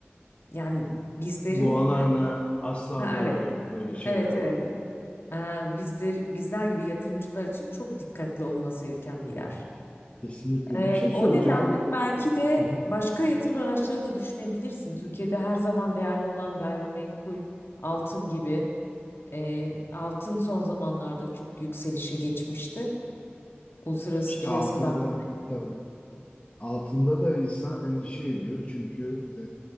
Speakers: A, on the left; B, on the left.
A: yani bizlerin
B: boğalarla
A: e,
B: aslanlar
A: ha, evet
B: evet böyle şeyler
A: evet
B: var.
A: evet Ee, bizler bizler gibi yatırımcılar için çok dikkatli olması gereken bir yer.
B: Kesinlikle
A: Ee,
B: bir şey soracağım.
A: o nedenle belki de
B: <laughs>
A: başka yatırım araçları da düşünebilirsin. Türkiye'de her zaman değerli olan gayrimenkul, altın gibi. Ee, altın son zamanlarda çok yükselişe geçmişti. Uluslararası
B: İşte
A: piyasalarda.
B: altında tabii Altında da insan endişe ediyor çünkü e,